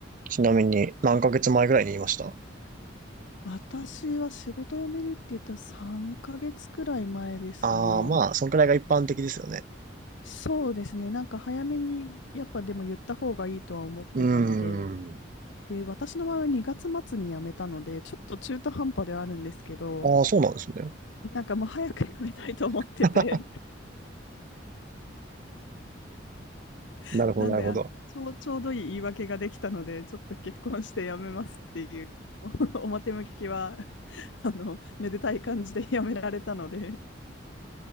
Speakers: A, on the right; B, on the left.
A: ちなみに何ヶ月前ぐらいに言いました
B: 私は仕事辞めるって言ったら3ヶ月くらい前ですかね。
A: ああまあ、そんくらいが一般的ですよね。
B: そうですね。なんか早めに、やっぱでも言った方がいいとは思ってたので、
A: うーん。
B: で、私の場合は2月末に辞めたので、ちょっと中途半端ではあるんですけど、
A: ああ、そうなんですね。
B: なんかもう早く辞めたいと思ってて、
A: <laughs>
B: <laughs>
A: なるほど、
B: なんで、
A: なるほど。
B: あちょう、<laughs> ちょうどいい言い訳ができたので、ちょっと結婚して辞めますっていう、<laughs> 表向きは、<laughs> あの、めでたい感じで辞められたので、